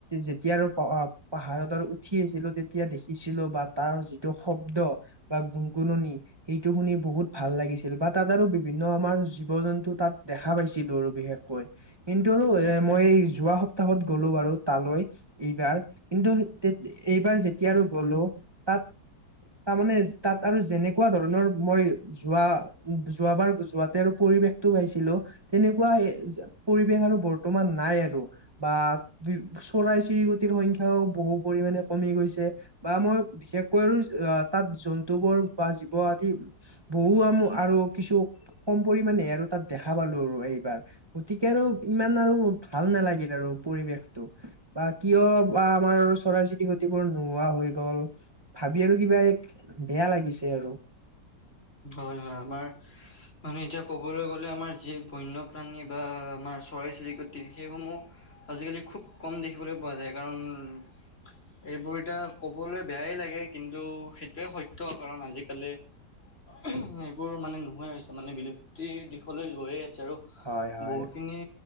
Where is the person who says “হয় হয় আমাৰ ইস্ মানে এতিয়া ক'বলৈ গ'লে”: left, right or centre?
Left